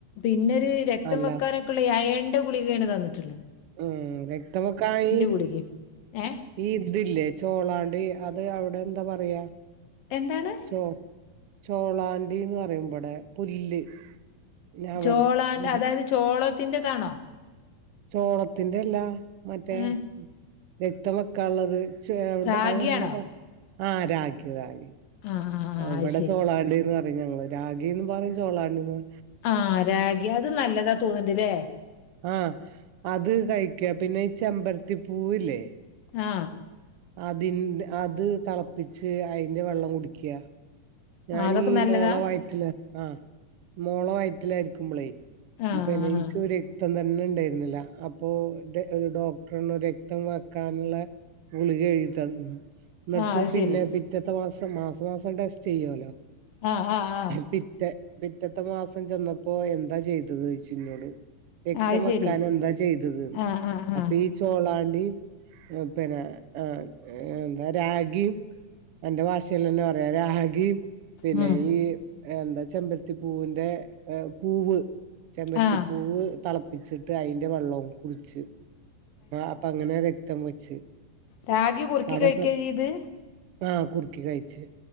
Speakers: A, on the left (about 75°); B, on the right (about 80°).
A: പിന്നെര് രക്തം
B: അല്ല
A: വെക്കാനൊക്കെള്ള അയേണി ൻ്റെ ഗുളികേണ് തന്നിട്ട്ള്ളത്
B: ഏ രക്തം വെ ക്കായി
A: ഗുളികയും ഏ
B: ഈ ഇത് ല്ലേ ചോളാണ്ടി അത് അ വിടെ എന്താ പറയാ
A: എന്താണ്
B: ചോ ചോളാ ണ്ടിന്ന് പറയും മ്പടെ പുല്ല് ഞാൻ
A: ചോളാണ്ട്
B: പറയാ എന്താ
A: അതായത് ചോളത്തിൻ്റതാണോ
B: ചോളത്തിന്റെ എല്ലാ മറ്റേ
A: ഏ
B: രക്തം വെക്കാള്ളത് ചോണ്ട്
A: റാഗിയാണോ
B: അവിടെ ന്താ പറ ആ രാഖി റാഖി
A: ആ ആ ആ,
B: ഇവിടെ
A: അത് ശരി
B: ചോളാണ്ടി ന്ന് പറയും ഞങ്ങള് രാഗിന്ന് പറയും ചോളാണ്ടിന്നു പ
A: ആ രാഗി അത് നല്ലതാ തോന്ന്ണ്ട്ല്ലേ
B: ആ അത് കഴിക്ക പിന്നെ ഈ ചെമ്പരത്തി പൂവില്ലേ
A: ആ
B: അതിന്റെ അത് തളപ്പിച്ച് അയിന്റെ വെള്ളം കുടിക്ക ഞാനീ
A: ആ, അതൊക്കെ നല്ലതാ
B: മോള വയറ്റില് ആ മോള വയറ്റിലായിരിക്കുമ്പളേ
A: ആ ആ
B: പിന്നെ ഇൻക്ക്
A: ആ
B: രക്തം ത ന്നെ ണ്ടായിരുന്നില്ല അപ്പൊ ഡോക്ടറർഞ്ഞു രക്തം വെക്കാന്ള്ള ഗുളികഴ്തി തന്ന് ണ് ഇന്നട്ട്
A: ആ, അത്
B: പിന്നെ
A: ശരി
B: പിറ്റത്ത മാസം മാസമാസം ടെസ്റ്റ് ചെയ്യുല്ലോ
A: ആ ആ ആ
B: പിറ്റ പിറ്റത്തെ മാസം ചെന്ന പ്പൊ എന്താ ചെയ്തത് ചോയ്ച്ച് ഇഞ്ഞോട് രക്തംവെക്കാൻ
A: ആ, അത് ശരി
B: എന്താ ചെയ്തത്
A: ആ ആ ആ
B: അപ്പൊ ഈ ചോളാണ്ടി പിന്നെ ആ എന്താ രാഗിം അന്റെ ഭാഷേലന്നെ പറയാ രാ ഖിം പിന്നെ
A: ഉം.
B: ഈ എന്താ ചെമ്പരത്തിപ്പൂവിന്റെ പൂവ് ചെമ്പരത്തിപ്പൂവ്
A: ആ
B: തളപ്പിച്ചിട്ട് അയ്ൻ്റെ വെള്ളും കുടിച്ച് അപ്പൊ അങ്ങനെ രക്തം വെച്ച്
A: രാഖി കുറുക്കി
B: അതൊക്കെ
A: കഴിക്കാ ചെയ്ത്
B: ആ കുർക്കി കഴിച്ച്